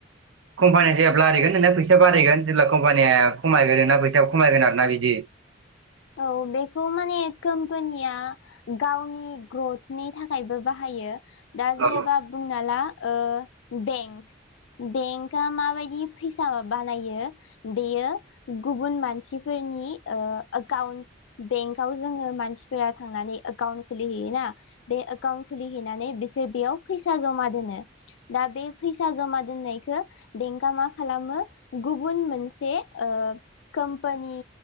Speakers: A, on the right; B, on the left.
A: कम्पानिया जेब्ला बारायगोन नोंना फैसाया बारायगोन जेब्ला कम्पानिया खमायगोन नोंना फैसाया खमायगोन आरोना बिदि। <inaudible>
B: औ बेखौ माने कम्पानिया गावनि ग्रथनि थाखायबो बाहा यो दा जेनेबा
A: औ
B: बुंना ला ओ बेंक। बेंकआ माबायदि फैसा बानायो बेयो गुबुन मानसिफोर नि ओ। एकाउन्टस बेंकाव जोङो मानसिफोरा थांनानै एकाउन्ट खुलिहैयोना बे एकाउन्ट खुलि हैैनानै बि बेयाव फैसा जमा दोनो दा बे फैसा जमा दोनायखौ बेंक मा खालामो। गुबुन मोनसे ओ कमपानि